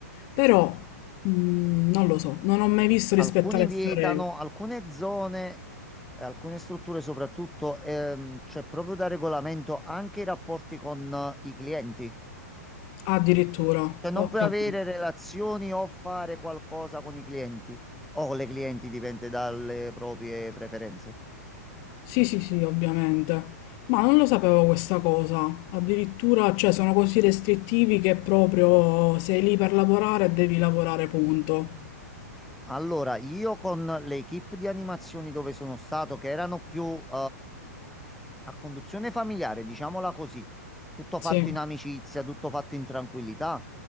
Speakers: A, on the left; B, in the centre.
A: Però mh, non lo so, non ho mai visto
B: Alcuni
A: rispettare
B: vietano,
A: queste regole.
B: alcune zone, eh, alcune strutture soprattutto, ehm, c'è proprio da regolamento anche i rapporti con eh, i clienti.
A: Addirittura,
B: Cioè non
A: ho
B: puoi
A: capito.
B: avere relazioni o fare qualcosa con i clienti o con le clienti, dipende dalle proprie preferenze.
A: Sì, sì, sì, ovviamente. Ma non lo sapevo questa cosa. Addirittura, cioè, sono così restrittivi che proprio sei lì per lavorare, devi lavorare, punto.
B: Allora, io con le equip di animazioni dove sono stato, che erano più ehm, a conduzione familiare, diciamola così, tutto
A: Sì,
B: fatto in amicizia, tutto fatto in tranquillità,